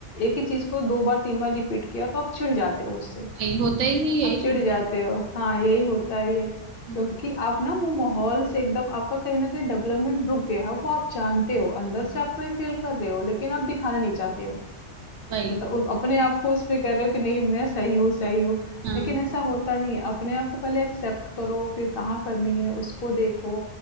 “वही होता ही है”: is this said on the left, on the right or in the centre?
Right